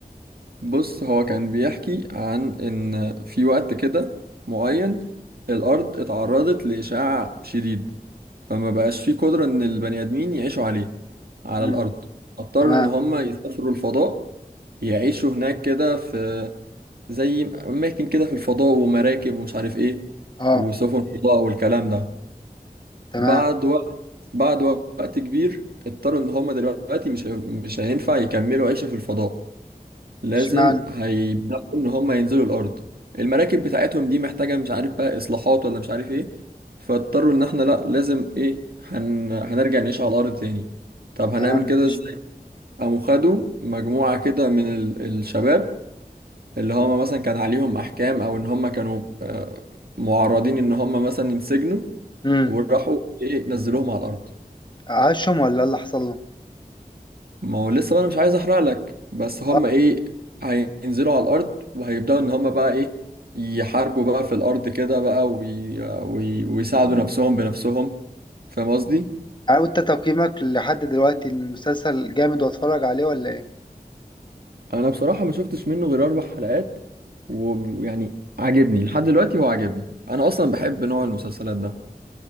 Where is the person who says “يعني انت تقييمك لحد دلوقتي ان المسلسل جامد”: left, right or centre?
Left